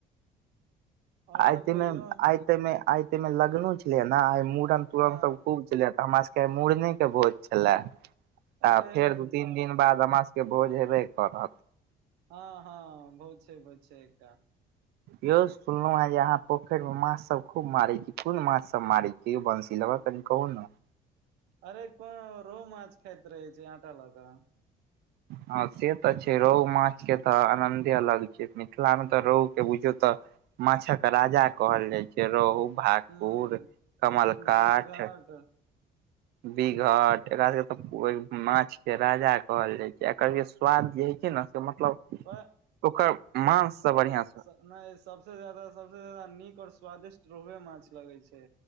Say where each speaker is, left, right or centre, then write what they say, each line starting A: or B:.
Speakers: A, on the right (about 90°); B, on the right (about 70°).
A: और
B: आइ
A: सब
B: तऽ
A: कहियौ
B: एते एते लग्नो छलै ने, आइ मुड़न तुड़न
A: हँ
B: सभ खूब छलै। हमरा सभके मुड़नेके भोज छलै
A: अरे
B: तऽ फेर दू-तीन
A: वाह
B: दिन बाद हमरा सभक। के भोज हेबे करत।
A: हँ हँ बहुत छै। बहुत छै। एकटा
B: यौ सुनलहुँ हे, अहाँ पोखरिमे खूब माछ मारै छी। कोन कोन माछ मारै छी? बनशी लऽ बतियाउ ने तनि।
A: अरे, कोन? रोहु माछ खाइत रहै छै आटा लऽ कऽ?
B: हँ, से तऽ छै। रोहु माछक स्वादे अलग होइत छै, मिथिलामे तऽ रोहुके खूब पसन्द कएल जाइ छै। माछक राजा कहल जाइ छै रोहु, भाकुर,
A: हूँ
B: कमलकाठ।
A: बिक बिघाट
B: बीघट एकरा सभके तऽ माछक राजा कहल जाइ छै, एकर जे स्वाद होइत छै ने! मतलब
A: पर
B: ओकर माँस से बढ़िया से।
A: ने, सभसँ बेसी नीक आ स्वादिष्ट रोहु माछ लगै छै।